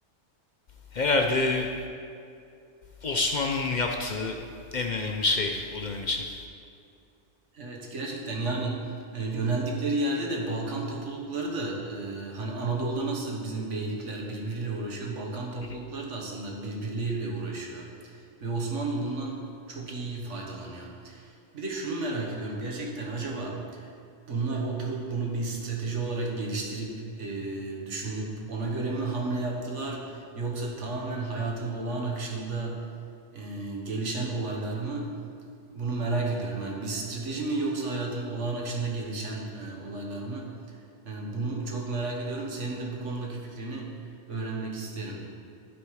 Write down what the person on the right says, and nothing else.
Evet gerçekten yani e, yöneldikleri yerde de Balkan toplulukları da e, hani Anadolu'da nasıl bizim beylikler birbiriyle uğraşıyor, Balkan toplulukları
da aslında birbirleriyle uğraşıyor. Ve Osmanlı bundan çok iyi faydalanıyor. Bir de şunu merak ediyorum gerçekten acaba bunlar oturup bunu bir strateji olarak geliştirip e, düşünüp ona göre mi hamle yaptılar yoksa tamamen hayatın olağan akışında e, gelişen olaylar mı? Bunu merak ediyorum. Yani bir strateji mi yoksa hayatın olağan akışında gelişen e, olaylar mı? E, bunu çok merak ediyorum. Senin de bu konudaki fikrini öğrenmek isterim.